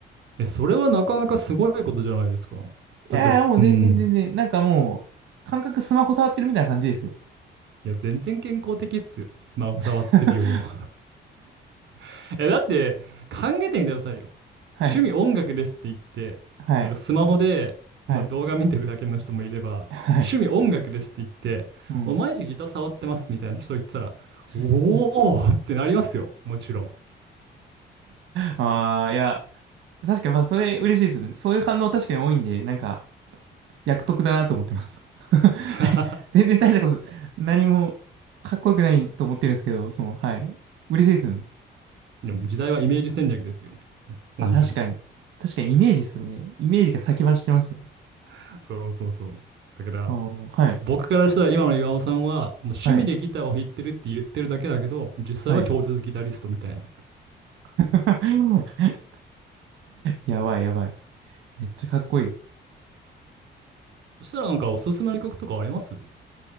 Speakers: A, on the right (about 65°); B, on the right (about 80°).
A: え、それはなかなかすごいことじゃないですか。だって、
B: いやいや、もう全然全然、
A: うん。
B: なんかもう、感覚スマホ触ってるみたいな感じですよ。
A: いや、全然健康的っすよ。スマホ触ってるよりも。
B: <laughs>
A: <laughs> え、だって、考えてみてくださいよ。
B: はい。
A: 趣味音楽ですって言って、
B: はい。
A: なんかスマホで、
B: はい。
A: まあ、動画見てるだけの人もいれば、
B: はい。
A: 趣味音楽ですって言って、
B: うん。
A: もう毎日ギター触ってますみたいな人言ってたら、
B: <laughs>
A: おーってなりますよ。もちろん。
B: ああ、いや、確かに、まあ、それ嬉しいですよね。そういう反応確かに多いんで、なんか、役得だなと思ってます。<laughs>
A: <laughs>
B: 大全然大したこと、何もかっこよくないと思ってるんですけど、その、はい。嬉しいですよね。
A: でも時代はイメージ戦略ですよ。本当に。
B: あ、確かに。確かにイメージですよね。イメージが先走ってますよね。
A: <laughs> そうそうそう。だから、
B: ああ、はい。
A: 僕からしたら今の岩尾さんは、もう趣味でギターを弾いてるって言ってるだけだけど、
B: はい。
A: 実際は超絶ギタリストみたいな。
B: はい。<laughs> やばい、やばい。めっちゃかっこいい。
A: そしたらなんかおすすめの曲とかあります